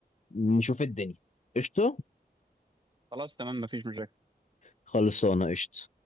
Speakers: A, on the left (about 45°); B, on the right (about 25°).
A: نشوف الدنيا قشطه
B: خلاص تمام مفيش مشاكل
A: خلصانه قشطه